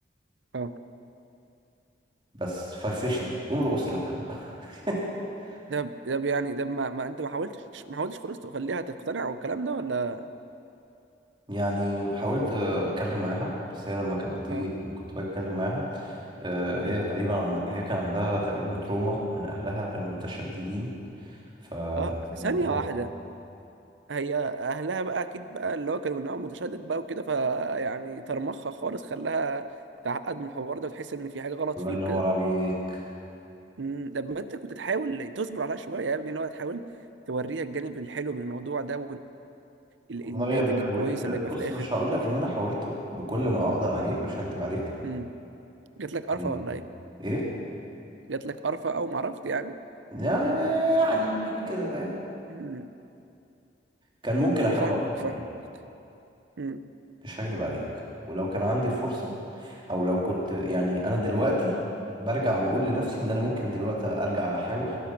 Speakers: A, on the right; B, on the right.
A: اه
B: بس فرفشني قوم ارقص لي يا محمد <laughs>
A: ده ده يعني ده ما, ما انت ما حاولتش ما حاولتش خالص تخليها تقتنع والكلام ده ولا
B: يعني حاولت اتكلم معاها بس هي لما كانت بتيجي
A: اه
B: لما كنت بتكلم معاها آه، هي
A: امم
B: تقريبا عند... هي كان عندها تقريبا تروما من اهلها كانوا متشددين فالموضوع
A: اه ثانية واحدة هي اهلها بقى اكيد بقى اللي هو كانوا من نوع متشدد بقى وكده فيعني طرمخها خالص خلاها تعقد من الحوار ده وتحس ان في حاجة غلط
B: الله
A: فيه
B: ينور
A: وكده
B: عليك
A: مم، طب ما انت كنت تحاول تصبر عليها شويه يا ابني ان هو تحاول توريها الجانب الحلو من الموضوع ده والناتج
B: والله يا ابني حاولت
A: الكويس
B: بص
A: اللي يبقى في الاخر
B: مش هقول لك ان انا حاولت بكل ما اقدر عليه مش هكدب عليك
A: مم. جات لك
B: كان
A: قرفه ولا ايه؟
B: ايه
A: جات لك قرفه او ما عرفت يعني
B: يا- يعني حاجه كده فاهم
A: مم.
B: كان ممكن
A: انا
B: احاول
A: فاهمك
B: اكتر من
A: فاهم
B: كده
A: مم.
B: مش هكدب عليك ولو كان عندي فرصه او لو كنت يعني انا دلوقتي برجع واقول لنفسي ان انا ممكن دلوقتي ارجع احاول